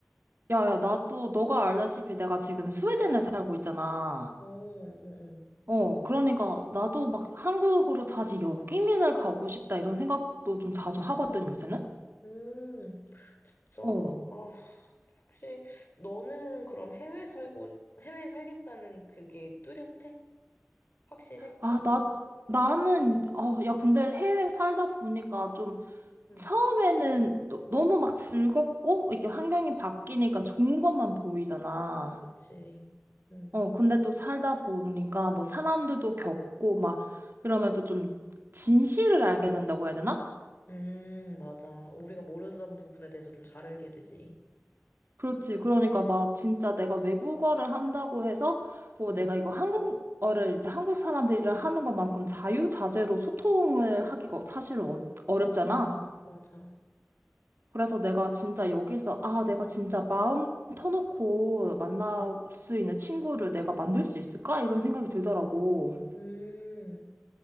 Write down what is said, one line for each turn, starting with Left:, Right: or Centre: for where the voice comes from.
Right: 야, 야, 나도, 너가 알다시피 내가 지금 스웨덴에 살고 있잖아.
Left: 어, 어, 어.
Right: 어, 그러니까 나도 막 한국으로 다시 역이민을 가고 싶다 이런 생각도 좀 자주 하거든, 요새는?
Left: 음. 저,
Right: 어.
Left: 아, 혹시 너는 그럼 해외 살고, 해외 살겠다는 그게 뚜렷해? 확실해?
Right: 아, 나, 나는, 어, 야, 근데 해외 살다 보니까 좀
Left: 응,
Right: 처음에는 너, 너무 막 즐겁고, 이게 환경이 바뀌니까 좋은 것만 보이잖아.
Left: 그치. 응.
Right: 어, 근데 또 살다 보니까 뭐 사람들도 겪고 막 이러면서 좀 진실을 알게 된다고 해야 되나?
Left: 음, 맞아. 우리가 모르던 부분에 대해서 좀 잘 알게 되지.
Right: 그렇지. 그러니까 막 진짜 내가 외국어를 한다고 해서 어,
Left: 응,
Right: 내가 이거 한국어를 이제 한국 사람들이랑 하는 것만큼 자유자재로 소통을 하기가 사실 어, 어렵잖아.
Left: 맞아.
Right: 그래서 내가 진짜 여기서 아, 내가 진짜 마음 터놓고 만날
Left: 응,
Right: 수 있는 친구를 내가 만들 수 있을까? 이런 생각이 들더라고.
Left: 음,